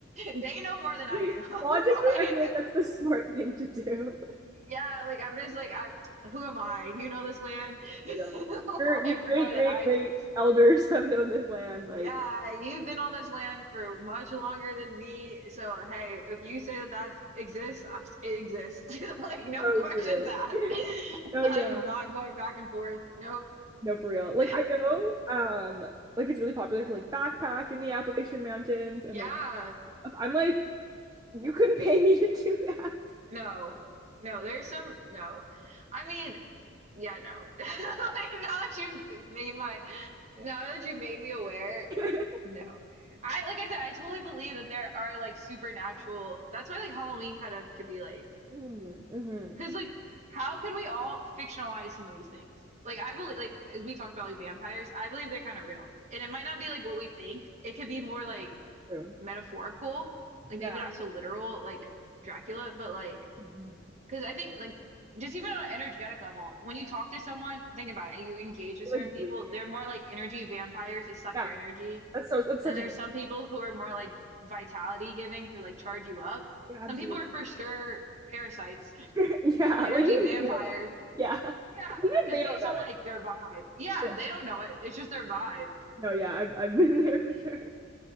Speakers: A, on the right (about 35°); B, on the right (about 20°).
A: they know more than I
B: <laughs>
A: do. <laughs>
B: Logically,
A: Like
B: I feel like that's the <laughs> smart thing to do.
A: yeah, like I'm just like I who am I? You know this land
B: <laughs>
A: <laughs>
B: Real. Your your
A: like
B: great
A: more
B: great
A: than I
B: great
A: do.
B: elders <laughs> have known this land like
A: Yeah, you've been on this land for much longer than me. So, hey, if you say that that exists, I- it exists. <laughs> Like, no
B: So
A: questions
B: true.
A: asked.
B: <laughs>
A: <laughs>
B: Oh
A: I'm
B: yeah.
A: not going back and forth. Nope. <laughs>
B: No, for real. Like I know, um, like it's really popular to like backpack in the Appalachian Mountains and
A: Yeah,
B: like stuff. I'm like, you couldn't pay me to do that.
A: no. No, there's some, no. I mean, yeah, no. <laughs> Like, now that you've made my, now that you've made me aware,
B: <laughs>
A: no. I, like I said, I totally believe that there are like supernatural, that's why like Halloween kind of could be like,
B: Mm, mhm.
A: Because like, how could we all fictionalize some of these things? Like, I believe, like, as we talked about, like vampires, I believe they're kind of real, and it might not be like what we think. It could be more like
B: True.
A: metaphorical, like
B: Yeah.
A: maybe not so literal, like Dracula, but like,
B: Mhm.
A: because I think like just even on an energetic level, when you talk to someone, think about it, you engage with
B: They're,
A: certain
B: Like
A: people,
B: green.
A: they're more like energy vampires. They suck
B: Yeah.
A: your energy,
B: That's so that's such
A: and there's
B: a thing.
A: some people who are more like vitality giving, who like charge you up.
B: Yeah, absolutely.
A: Some people are for sure parasites
B: <laughs>
A: <laughs>
B: Yeah,
A: energy
B: like you can
A: vampires
B: feel it. Yeah. <laughs> Even
A: yeah,
B: if
A: just
B: they
A: based
B: don't know
A: on
B: it.
A: like their vibe. Yeah,
B: <laughs>
A: they don't know it. It's just their vibe.
B: No, yeah, I've I've been <laughs> there for sure.